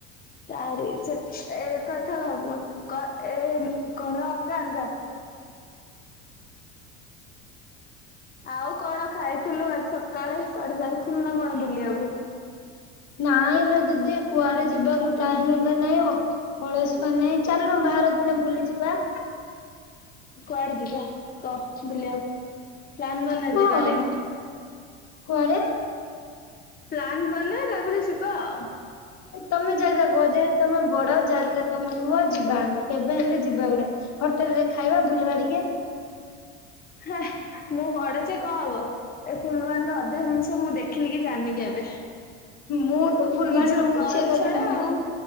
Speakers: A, on the left; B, on the left.
A: ଚାରି ସେ ଏ କଥା ହବୁନ କ ଏ କଣ ଅଲଗା ଅଲଗା। ଆଉ କଣ ଖାଇଥିଲୁ ଆଜି ସକାଳେ କୁଆଡେ ଯାଇଥିଲୁ ନା କଣ ବୁଲିବାକୁ।
B: ନାଇଁ ଲୋ ଦିଦି କୁଆଡେ ଯିବାକୁ
A: କୁଆଡେ
B: ଟାଇମ
A: ଯିବାକୁ
B: ଏକା ନାହିଁ ଅ ଅଳସୁଆ ନାଇଁ ଚାଲୁନ ବାହାର ଦିନେ ବୁଲି ଯିବା?
A: କୁଆଡେ ଯିବା କହ ବୁଲିବାକୁ ପ୍ଲାନ ବନା
B: କୁହ
A: ଯିବା ଦେନ୍?
B: କୁଆଡେ
A: ପ୍ଲାନ୍ ବନା ତାପରେ ଯିବା ଆଉ।
B: ତମେ ଜାଗା କୁହ ଯେହେତୁ ତମେ ବଡ ଜାଗା ତମେ କୁହ ଯିବା ଆମେ କେବେ ହେଲେ ଯିବା ଗୋଡେ। ହୋଟେଲ ରେ ଖାଇବା ବୁଲିବା ଟିକେ।
A: ହେ ମୁଁ ବଡ ଯେ କଣ ହବ? ଏ ଫୁଲବାନି ର ଅଧା ଜିନିଷ ମୁଁ ଦେଖିନି କି ଜାଣିନି କେବେ।
B: ମୁଁ ତ ଫୁଲବାଣୀର
A: ନିଜ ଘର
B: କିଛି ଏକା
A: ଛଡା
B: ଜାଣିନି
A: ଆଉ